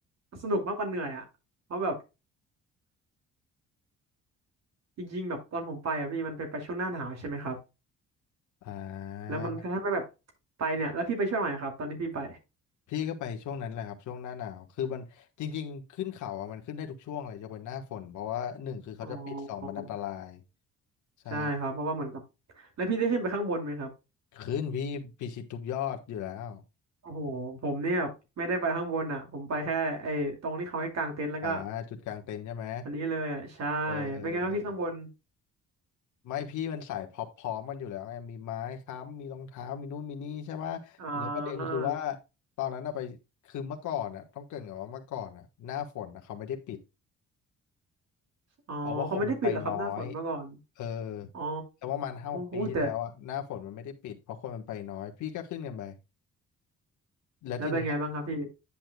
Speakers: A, on the right; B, on the left.
A: สนุกมากกว่าเหนื่อยอ่ะเพราะแบบจริงๆแบบตอนผมไปอ่ะพี่มันไปไปช่วงหน้าหนาวใช่ไหมครับ
B: อ่า
A: แล้วมันก็ทำให้แบบไปเนี่ยแล้วพี่ไปช่วงไหนครับตอนที่พี่ไป
B: พี่ก็ไปช่วงนั้นแหละครับช่วงหน้าหนาวคือมันจริงๆขึ้นเขาอ่ะมันขึ้นได้ทุกช่วงเลยยกเว้นหน้าฝนเพราะว่าหนึ่งคือเขาจะปิดสองมันอันตราย
A: อ๋อ
B: ใช่
A: ใช่ครับเพราะว่าเหมือนกับแล้วพี่ได้ขึ้นไปข้างบนไหมครับ
B: ขึ้นพี่พิชิตทุกยอดอยู่แล้ว
A: โอ้โหผมเนี่ยแบบไม่ได้ไปข้างบนอ่ะผมไปแค่ไอ้ตรงที่เขาให้กางเต็นท์แล้วก็
B: อ่าจุดกลางเต็นท์ใช่ไหม
A: อันนี้เลยอ่ะใช่
B: เออเออเออ
A: เป็นไงครับพี่ข้างบน
B: ไม่พี่มันสายพรอพร้อมๆกันอยู่แล้วไงมีไม้ค้ำมีรองเท้ามีนู่นมีนี่ใช่ปะแล้วประเด็นคือว่า
A: อ่า
B: ตอนนั้นอะไปคือเมื่อก่อนอะต้องเกริ่นก่อนว่าเมื่อก่อนอะหน้าฝนอะเขาไม่ได้ปิด
A: อ๋อเขาไม่ได้ปิดเหรอครับหน้าฝนเมาก่อน
B: เพราะว่าคนมันไปน้อยเออ
A: อ๋อ
B: แต่วประมาณห้าหกปีที่แล้วอะหน้าฝนมันไม่ได้ปิดเพราะคนมันไปน้อยพี่ก็ขึ้นกันไป
A: อุ้ยแต่
B: แล้วทีเนี้ย
A: แล้วเป็นไงบ้างครับพี่